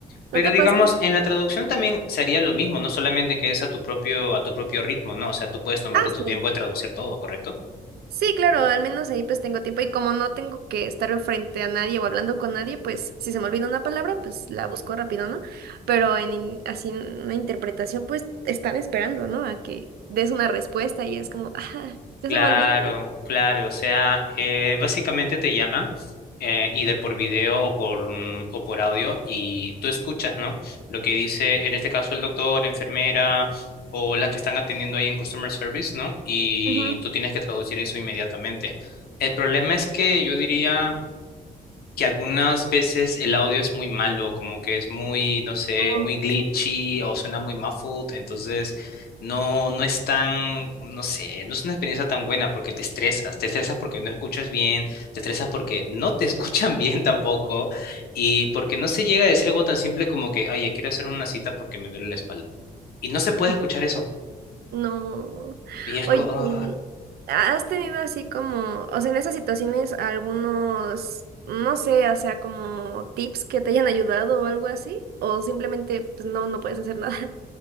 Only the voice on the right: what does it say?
¿no te
pasa?
Ah,
sí.
Sí, claro, al menos ahí pues tengo tiempo y como no tengo que estar enfrente a nadie o hablando con nadie, pues si se me olvida una palabra, pues la busco rápido, ¿no? Pero en in- así en una interpretación, pues están esperando, ¿no? A que des una respuesta y es como, ah, ya
se me olvidó.
Ujú.
Oh,
sí.
no.
Oye,
¿has tenido así como, o sea, en esas situaciones algunos, no sé, o sea, como tips que te hayan ayudado o algo así? ¿O simplemente pues no, no puedes hacer nada?